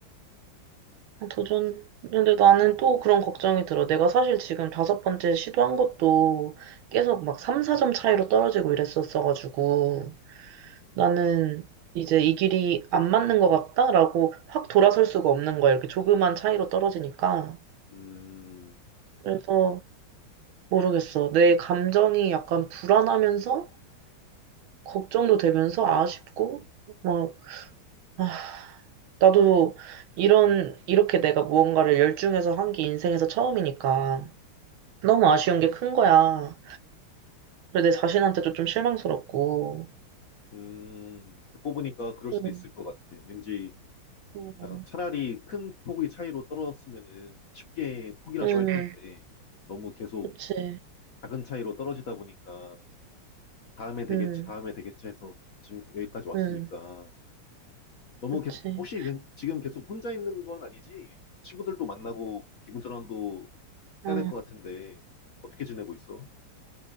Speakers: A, on the right; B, on the left.
A: 아, 도전. 근데 나는 또 그런 걱정이 들어. 내가 사실 지금 다섯 번째 시도한 것도 계속
B: 음,
A: 막 3, 4점 차이로 떨어지고 이랬었어가지고. 나는 이제 이 길이 안 맞는 것 같다라고 확 돌아설 수가 없는 거야. 이렇게 조그만 차이로 떨어지니까.
B: 음,
A: 그래서 모르겠어. 내 감정이 약간 불안하면서 걱정도 되면서 아쉽고 막 아, 나도 이런 이렇게 내가 무언가를 열중해서 한 게 인생에서 처음이니까 너무 아쉬운 게 큰 거야. 그래서 내 자신한테도 좀 실망스럽고.
B: 음. 듣고 보니까 그럴 수도
A: 음,
B: 있을 것 같아. 왠지
A: 음,
B: 아, 차라리 큰 폭의 차이로 떨어졌으면은 쉽게 포기라도
A: 음,
B: 할 텐데 너무 계속
A: 그치.
B: 작은 차이로 떨어지다 보니까 다음에 되겠지,
A: 음,
B: 다음에 되겠지 해서 지금 여기까지 왔으니까
A: 음,
B: 너무
A: 그치.
B: 계속 혹시 웬- 지금 계속 혼자 있는 건 아니지? 친구들도 만나고 기분 전환도
A: 어.
B: 해야 될 것 같은데 어떻게 지내고 있어?